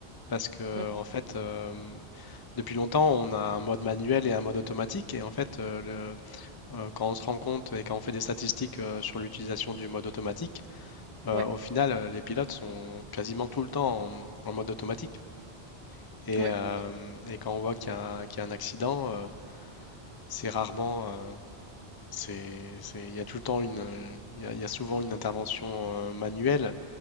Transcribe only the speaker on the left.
Parce que,
en fait, euh, depuis longtemps, on a un mode manuel et un mode automatique. Et en fait, euh, euh, quand on se rend compte et quand on fait des statistiques euh, sur l'utilisation du mode automatique, euh,
au final, euh, les pilotes sont quasiment tout le temps en, en mode automatique. Et,
euh, et quand on voit qu'il y a un, qu'il y a un accident, euh, c'est rarement, euh, c'est, c'est- il y a tout le temps une, il y a, il y a souvent une intervention euh, manuelle.